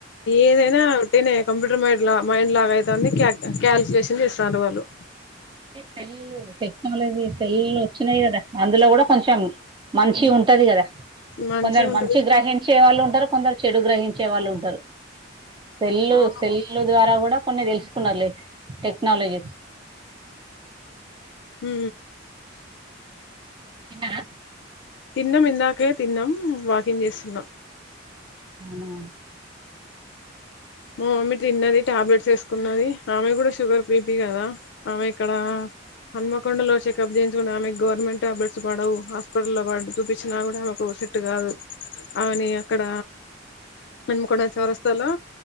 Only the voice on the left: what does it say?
ఏదైనా ఒకట్టేనే కంప్యూటర్ మైడ్ మైండ్ లాగ అవుతుంది కల్కు్యులేషన్ చేస్తన్నారు వాళ్ళు
మంచిగా
ఉంటది
అవును
హ
తిన్నాం ఇందాకే తిన్నాం వాకింగ్ చేస్తున్నా
మా మమ్మీ తిన్నది ట్యాబ్లేట్ వేసుకున్నది ఆమె కూడా షుగర్ బిపీ కదా ఆమె ఇక్కడ హన్మకొండలో చెకప్ చేయికుంటది ఆమెకు గవర్నమెంట్ టాబ్లెట్స్ పడవు, హాస్పిటల్లో పడ చూపించినా కూడా ఆమెకు సెట్ కాదు ఆమెని అక్కడ మెన్మకొండ చవరస్తాలో